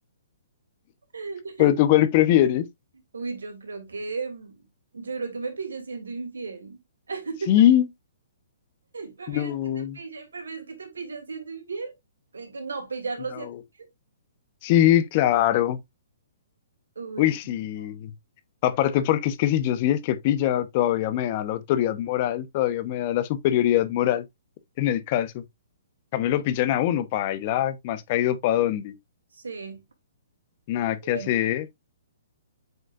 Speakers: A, on the right; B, on the left.
A: <laughs>
B: ¿Pero tú cuál prefieres?
A: Uy, yo creo que, mm, yo creo que me pillo siendo infiel. <laughs>
B: Sí,
A: ¿Prefieres
B: no.
A: que te pillen, prefieres que te pillen siendo infiel? Eh, que No, pillarlo
B: No.
A: siendo infiel.
B: Sí, claro.
A: Uy.
B: Uy, sí.
A: no.
B: Aparte porque es que si yo soy el que pilla, todavía me da la autoridad moral, todavía me da la superioridad moral en el caso. También lo pillan a uno, paila, más caído para dónde.
A: Sí,
B: Nada
A: bueno,
B: que hacer.